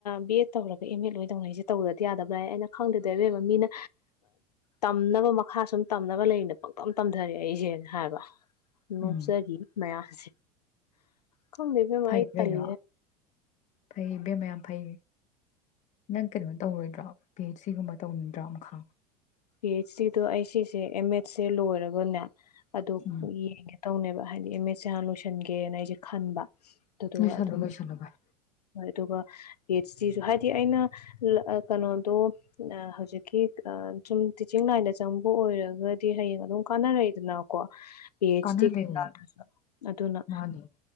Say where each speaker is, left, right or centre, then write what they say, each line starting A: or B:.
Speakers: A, on the left; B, on the left.
A: ꯕꯤ ꯑꯦꯗ ꯇꯧꯔꯒ ꯑꯦꯝ ꯑꯦ ꯂꯣꯏ ꯇꯧꯅꯩꯁꯦ ꯇꯧꯗꯗꯤ ꯌꯥꯗꯕ꯭ꯔꯥ ꯍꯥꯏ ꯑꯩꯅ ꯈꯪꯗꯗꯕꯕ ꯃꯤꯅ ꯇꯝꯅꯕ ꯃꯈꯥ ꯁꯨꯝ ꯇꯝꯅꯕ ꯂꯩꯅ ꯄꯪꯇ ꯇꯝꯊꯔꯦ ꯑꯩꯁꯦꯅ ꯍꯥꯏꯕ ꯅꯣꯛꯆꯔꯤꯌꯦ
B: ꯎꯝ
A: ꯃꯌꯥꯝ ꯑꯥ ꯀꯗꯕ ꯑꯦꯅꯦꯝꯃꯥ
B: ꯐꯩ
A: ꯑꯩ
B: ꯀꯩꯅꯣ
A: ꯇꯂꯦꯔ
B: ꯐꯩ ꯏꯕꯦꯝꯃ ꯌꯥꯝ ꯐꯩ ꯅꯪ ꯀꯩꯅꯣ ꯇꯧꯔꯣꯏꯗ꯭ꯔꯣ ꯄꯤ ꯑꯩꯩꯆ ꯁꯤꯒꯨꯝꯕ ꯇꯧꯅꯤꯡꯗ꯭ꯔꯣ ꯃꯈꯥ
A: ꯄꯤ ꯑꯩꯆ ꯗꯣ ꯑꯩ ꯁꯤꯁꯦ ꯑꯦꯝ ꯑꯦꯗꯁꯦ ꯂꯣꯏꯔꯒꯅꯦ ꯑꯗꯨ
B: ꯎꯝ
A: ꯌꯦꯡꯒꯦ ꯇꯧꯅꯦꯕ ꯍꯥꯏꯗꯤ ꯑꯦꯝ ꯑꯦꯁꯦ ꯍꯟꯅ ꯂꯣꯏꯁꯟꯒꯦꯅ ꯑꯩꯁꯦ ꯈꯟꯕ ꯑꯗꯨꯒꯗꯨ
B: ꯂꯣꯏꯁꯜꯂꯣ
A: ꯑꯗꯨꯝ
B: ꯂꯣꯏꯁꯜꯂꯣ ꯚꯥꯏ
A: ꯑꯗꯨꯒ ꯄꯤ ꯑꯩꯆ ꯗꯤꯁꯨ ꯍꯥꯏꯗꯤ ꯑꯩꯅ ꯀꯩꯅꯣꯗꯣ ꯍꯧꯖꯤꯛꯀꯤ ꯁꯨꯝ ꯇꯤꯆꯤꯡ ꯂꯥꯏꯟꯗ ꯆꯪꯕ ꯑꯣꯏꯔꯒꯗꯤ ꯍꯌꯦꯡ ꯑꯗꯨꯝ ꯀꯥꯟꯅꯔꯛꯏꯗꯅꯀꯣ ꯄꯤ ꯑꯩꯆ
B: ꯀꯥꯟꯅꯗꯣꯏꯅꯦ
A: ꯗꯤ ꯀꯩꯀꯥꯗꯨꯁꯨ ꯑꯗꯨꯅ
B: ꯃꯥꯅꯦ